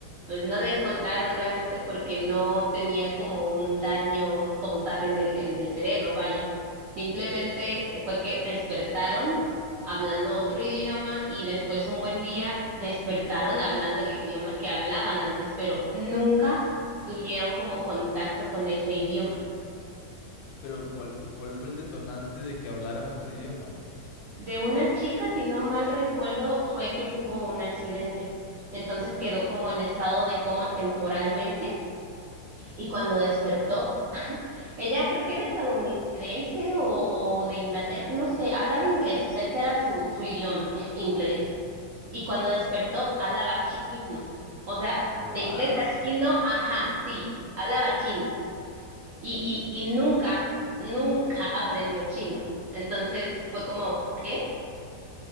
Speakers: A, on the right; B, on the left.
A: pues no la encontraron realmente porque no tenía como un daño como tal en el, en el cerebro, vaya. Simplemente fue que despertaron hablando otro idioma y después un buen día despertaron hablando el idioma que hablaban antes, pero nunca tuvieron como contacto con ese idioma.
B: Pero ¿cuál, cuál fue el detonante de que hablaran otro idioma?
A: De una chica, si no mal recuerdo, fue que tuvo un accidente. Entonces quedó como en estado de coma temporalmente y cuando despertó, ella creo que era estadounidense o, o de Inglaterra, no sé, hablaba inglés, o sea, ese era su, su idioma, eh, inglés.
B: ujú.
A: y cuando despertó hablaba chino. O sea,
B: What?
A: de inglés a chino, ajá, sí, hablaba chino. Y, y, y nunca, nunca <laughs> aprendió chino. Entonces fue como, ¿qué?